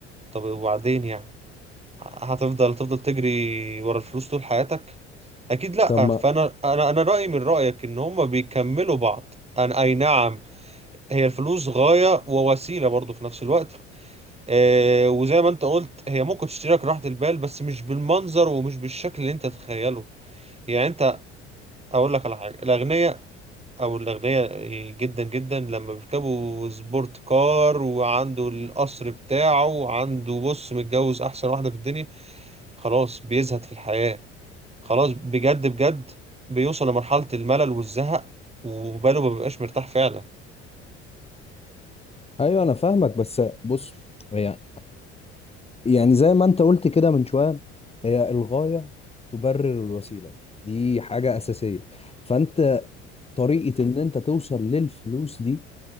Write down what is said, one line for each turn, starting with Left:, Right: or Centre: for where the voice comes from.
Right: طب وبعدين يعني هتفضل تفضل تجري ورا الفلوس طول حياتك اكيد لا
Left: طب ما
Right: فانا انا انا رايي من رايك ان هما بيكملوا بعض انا اي نعم هي الفلوس غاية ووسيلة برضو في نفس الوقت آه وزي ما انت قلت هي ممكن تشتريك راحة البال بس مش بالمنظر ومش بالشكل اللي انت تتخيله يعني انت اقول لك على حاجة الاغنياء او الاغنياء جدا جدا لما بيركبوا سبورت كار وعنده القصر بتاعه وعنده بص متجوز احسن واحدة في الدنيا خلاص بيزهد في الحياة خلاص بجد بجد بيوصل لمرحلة الملل والزهق وباله ما بيبقاش مرتاح فعلا
Left: ايوه انا فاهمك بس بص هي يعني زي ما انت قلت كده من شوية هي الغاية تبرر الوسيلة دي حاجة أساسية فانت طريقة ان انت توصل للفلوس دي